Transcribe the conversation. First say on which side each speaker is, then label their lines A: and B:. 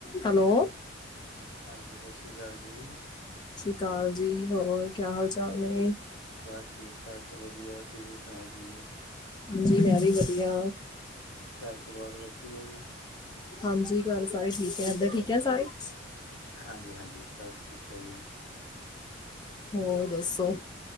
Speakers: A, on the left; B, on the left.
A: Hello.
B: ਹਾਂਜੀ ਸਤਿ ਸ੍ਰੀ ਅਕਾਲ ਜੀ।
A: ਕਾਲ ਜੀ, ਹੋਰ ਕਿਆ ਹਾਲ ਚਾਲ ਨੇ।
B: ਬਸ ਠੀਕ ਠਾਕ ਵਧੀਆ, ਤੁਸੀਂ ਸੁਣਾਓ ਜੀ।
A: ਹਾਂਜੀ ਮੈਂ ਵੀ ਵਧੀਆ।
B: ਘਰ ਪਰਿਵਾਰ ਵਧਿਆ ਜੀ।
A: ਹਾਂਜੀ ਘਰ ਸਾਰੇ ਠੀਕ ਹੈਏ ਇੰਦਰ ਠੀਕ ਏ ਸਾਰੇ। <inaudible>
B: ਹਾਂਜੀ ਹਾਂਜੀ ਸਭ ਠੀਕ ਹੈ ਜੀ
A: ਹੋਰ ਦੱਸੋ